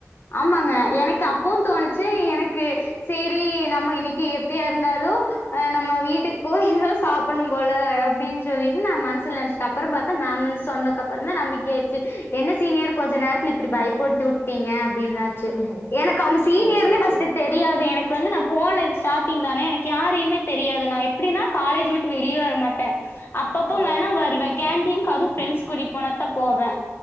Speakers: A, on the left; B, in the centre.
A: ஆமாங்க எனக்கு அப்பவு தோணிச்சு எனக்கு சேரி நம்ம இன்னைக்கு எப்படியா இருந்தாலு ஆ நம்ம வீட்டுக்கு போய்த் தா சாப்பிடணும் போல அப்படின்னு சொல்லிட்டு நா மனசுல நெனச்சுட்ட அப்புறம் பாத்தா மேம் வந்து சொன்னக் அப்புறோந்தா நம்பிக்கியே ஆயிருடுச்சு என்ன சீனியர் கொஞ்சோ நேரத்துல இப்பிடி பயப்படுத்திவுட்டீங்க அப்படின்னாச்சு
B: ஓ.
A: எனக்கு அவங்க சீனியர்னே
B: ஓகே, ஓகே.
A: ஃபர்ஸ்ட்டு தெரியாது எனக்கு கு வந்து நா போனே ஸ்டார்டிங் தானே எனக்கு யாரையுமே தெரியாது நா எப்பிடின்னா காலேஜ் விட்டு வெளியே வர மாட்டே அப்பப்போ
B: ஓ!
A: வேணா வருவே கேன்டீனுக்கு அதுவு ஃப்ரெண்ட்ஸ் கூட்டிட்டு போனா தா போவே